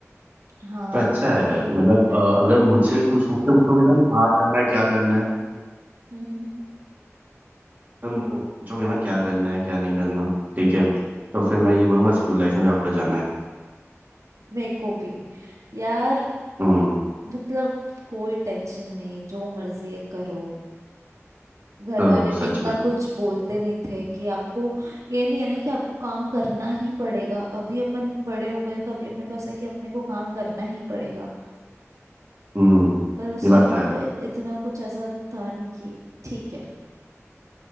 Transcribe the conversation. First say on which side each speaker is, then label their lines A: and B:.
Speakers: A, on the right; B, on the right.
A: हाँ
B: पर अच्छा है
A: यही
B: मतलब
A: होता
B: अ,
A: है
B: अगर मुझसे कुछ मुझसे पूछोगे ना कहाँ करना है क्या करना है
A: हम्म
B: तो मुझे पूछोगे ना क्या करना है क्या नहीं करना ठीक है तो फिर मैं ये बोलूंगा स्कूल लाइफ में वापस जाना है
A: मेरे को भी यार
B: हम्म
A: मतलब कोई टेंशन नहीं जो मर्जी है करो घर
B: करो
A: वाले भी
B: सच
A: इतना
B: में
A: कुछ बोलते नहीं थे कि आपको ये नहीं है ना कि आपको काम करना ही पड़ेगा अभी अपन बड़े हो गए हैं, तो अभी अपने को ऐसा है कि अपने को काम करना ही पड़ेगा
B: हम्म
A: पर उस
B: ये बात
A: टाइम
B: तो है
A: पे इतना कुछ ऐसा था नहीं कि ठीक है